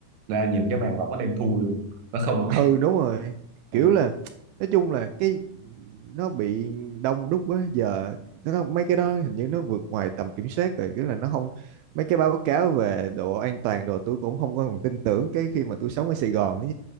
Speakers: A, on the right; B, on the right.
A: ra nhìn cái màn lọc nó đen thui luôn nó không
B: ừ đúng rồi
A: <laughs>
B: kiểu
A: ừ.
B: là nói chung là cái nó bị đông đúc quá giờ nó mấy cái đó hình như nó vượt ngoài tầm kiểm soát rồi cái là nó không mấy cái báo cáo về độ an toàn đồ tôi cũng không có còn tin tưởng cái khi mà tôi sống ở Sài Gòn nữa